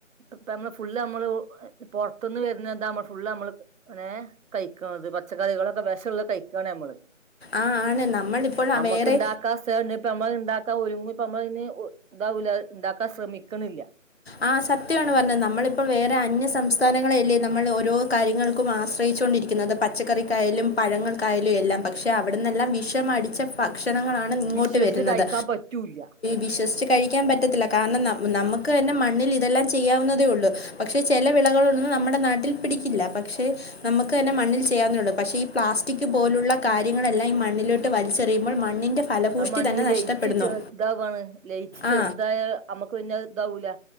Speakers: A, on the right; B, on the left.
A: പ്പം മ്മള് ഫുള്ള് അമ്മള് പൊറത്തുന്ന് വരുന്ന എന്താ നമ്മൾ ഫുള്ള് അമ്മള് കഴിക്കും അത് പച്ചക്കറികളൊക്കെ വെഷഒള്ള കഴിക്കാണ് അമ്മള്
B: ആ ആണ് നമ്മളിപ്പോൾ
A: നമുക്ക്
B: ആ വേറെ
A: ഉണ്ടാക്കാ സേവ് നീ പ്പ നമ്മൾ ഇണ്ടാക്കാ ഒരുങ്ങ പ്പ മ്മള് ഇനി ഇതാവില്ല അത് ണ്ടാക്കാൻ ശ്രമിക്കണില്ല
B: ആ സത്യമാണ് പറഞ്ഞത് നമ്മളിപ്പോൾ വേറെ അന്യ സംസ്ഥാ സംസ്ഥാനങ്ങളെയല്ലേ നമ്മൾ ഓരോ കാര്യങ്ങൾക്കും ആശ്രയിച്ചു കൊണ്ടിരിക്കുന്നത് പച്ചക്കറിക്കായാലും പഴങ്ങൾക്കായാലും എല്ലാം പക്ഷേ അവിടെന്നെല്ലാം വിഷമടിച്ച ഭ ഭക്ഷണങ്ങളാണ് ഇങ്ങോട്ട്
A: വിശ്വസിച്ച്
B: വരുന്നത്
A: കഴിക്കാൻ പറ്റൂല്ല
B: വിശ്വസിച്ച് കഴിക്കാൻ പറ്റത്തില്ല കാരണം നമ് നമുക്ക് തന്നെ മണ്ണിൽ ഇതെല്ലാം ചെയ്യാവുന്നതേ ഉള്ളൂ പക്ഷേ ചില വിളകളൊന്നും നമ്മുടെ നാട്ടിൽ പിടിക്കില്ല പക്ഷേ നമുക്ക് തന്നെ മണ്ണിൽ ചെയ്യാവുന്നേഉള്ളൂ പക്ഷേ ഈ പ്ലാസ്റ്റിക് പോലുള്ള കാര്യങ്ങളെല്ലാം ഈ മണ്ണിലോട്ട് വലിച്ചെറുമ്പോൾ മണ്ണിൻ്റെ ഫലഭൂഷ്ടി
A: അത് മണ്ണിൽ
B: തന്നെ
A: ലയിച്ച്
B: നഷ്ടപ്പെടുന്നു.
A: ചേ ഇതാവുവാണ് ലയിച്ച്
B: ആ
A: ഇതായ അമ്മക്ക് പിന്നെ ഇതാവൂല